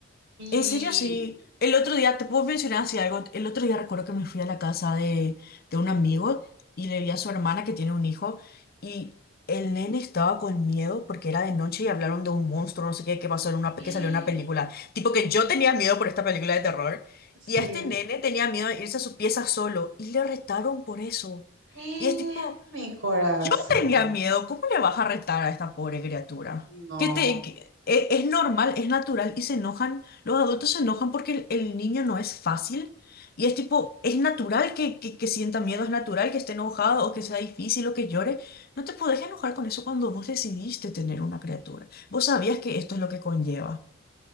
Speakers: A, on the right; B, on the left.
A: Y...
B: En serio, sí. El otro día, te puedo mencionar así algo. El otro día recuerdo que me fui a la casa de, de un amigo y le vi a su hermana que tiene un hijo y el nene estaba con miedo porque era de noche y hablaron de un monstruo, no sé qué, que pasó en una, que
A: y-
B: salió en una película. Tipo que yo tenía miedo por esta película de terror
A: Sí.
B: y a este nene tenía miedo de irse a su pieza solo y le retaron por eso.
A: Y
B: Y es tipo...
A: mi corazón.
B: Yo tenía miedo, ¿cómo le vas a retar a esta pobre criatura?
A: No.
B: Que te, que- e- es, normal, es natural y se enojan, los adultos se enojan porque el, el niño no es fácil y es tipo, es natural que, que, que sienta miedo, es natural que esté enojado o que sea difícil o que llore. No te podés enojar con eso cuando vos decidiste tener una criatura. Vos sabías que esto es lo que conlleva.